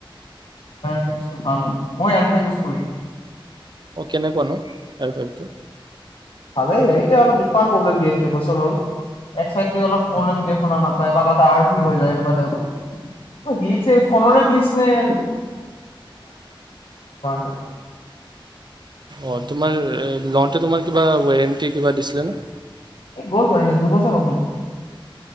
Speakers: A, on the left; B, on the right.
A: ছিক্সটো ভাল মই এইয়াৰ ফাইভ টো ইউজ কৰি আছো
B: অঁ কেনেকুৱনো এয়াৰফাইভটো
A: ভালে এতিয়া অলপ দুটান প্ৰব্লেম দি আছে দুবছৰ হ'ল এক চাইড অলপ প্ৰবলেম দে শুনা নাপ এইয়াৰ ত্যায়াৰ ঠিক হৈ যায় এনেকোৱা দাইভৰ, জিছে ফোনৰৰে গিচ পৰা নাই আৰু
B: অ তোমাৰ লওঁতে তোমাৰ কিবা ৱাৰেণ্টি কিবা দিছিলে ন
A: এই গ'ল কৰি ন দুবছৰ হব